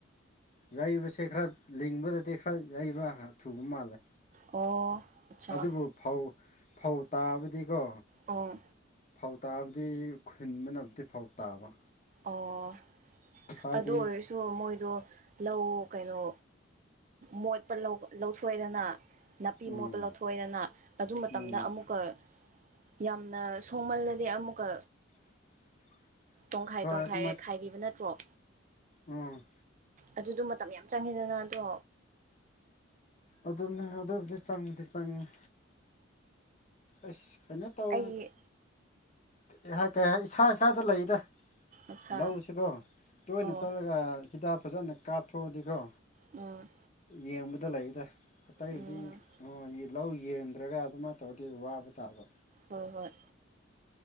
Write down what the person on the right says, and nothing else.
ꯑꯣ ꯑꯠꯆꯥ
ꯑꯥ
ꯑꯣ
ꯑꯗꯨ ꯑꯣꯏꯔꯁꯨ ꯃꯣꯏꯗꯣ ꯂꯧ ꯀꯩꯅꯣ ꯃꯣꯠꯄ ꯂꯧꯊꯣꯏꯑꯗꯅ ꯅꯥꯄꯤ
ꯃꯣꯠꯄꯥ ꯂꯧꯊꯣꯏꯗꯅꯥ꯫ ꯑꯗꯨ ꯃꯇꯝꯗ
ꯑꯃꯨꯛꯀ ꯌꯥꯝꯅ ꯁꯣꯃꯜꯂꯗꯤ ꯑꯃꯨꯛꯀ
ꯇꯣꯡꯈꯥꯏ
ꯇꯣꯡꯈꯥꯏ
ꯈꯥꯏꯈꯤꯕ ꯅꯠꯇ꯭ꯔꯣ
ꯑꯗꯨꯗꯣ ꯃꯇꯝ ꯌꯥꯝ ꯆꯪꯉꯤꯗꯅ ꯑꯗꯣ
ꯑꯩꯒꯤ
ꯑꯠꯆꯥ
ꯑꯣ
ꯑꯝꯝ
ꯎꯝ
ꯍꯣꯏ ꯍꯣꯏ